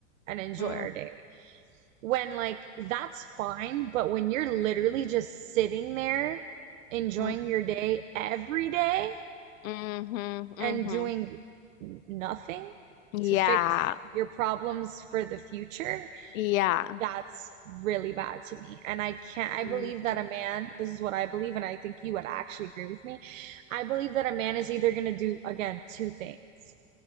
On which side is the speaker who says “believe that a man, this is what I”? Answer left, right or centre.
Right